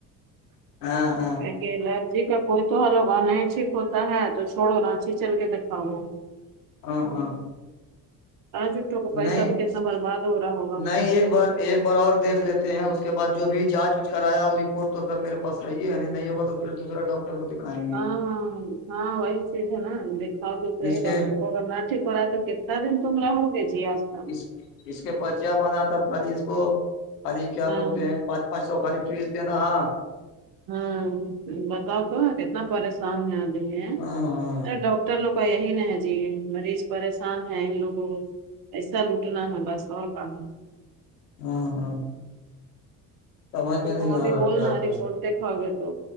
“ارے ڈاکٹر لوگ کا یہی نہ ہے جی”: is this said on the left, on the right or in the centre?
Right